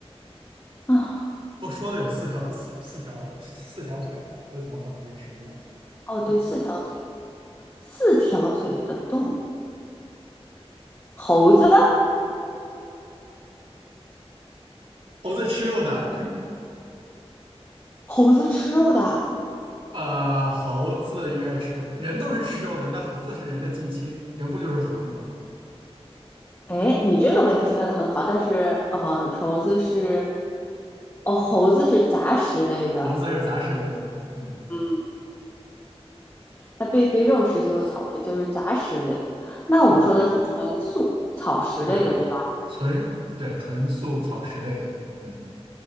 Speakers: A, on the left; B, on the right.
A: 啊，
B: 都说了有四条四四条四四条腿了，那怎么可能是植物呢？
A: 哦，对，
B: 嗯，
A: 四条腿，四条腿的动物，猴子，
B: 猴子吃肉的，
A: 猴子吃肉的啊。
B: <laughs> 啊，猴子应该是吃肉，人都是吃肉的，那猴子是人的近亲，人不就是猴子吗？
A: 哎，你这个问题问的很好，但是呃，猴子是，哦，猴子是杂食类的，
B: 猴子是杂食类动物，嗯，
A: 嗯，它并非肉食性或草食，就是杂食类。那我们说的是纯素草食类的，
B: 对对，
A: 对吧？
B: 纯对纯素草食类的，嗯，